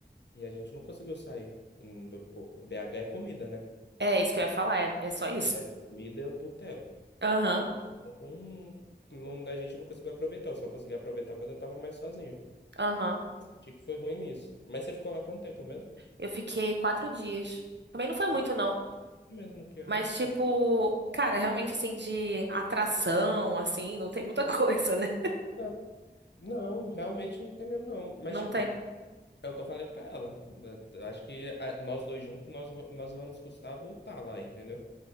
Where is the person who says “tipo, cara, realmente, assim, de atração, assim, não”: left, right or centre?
Right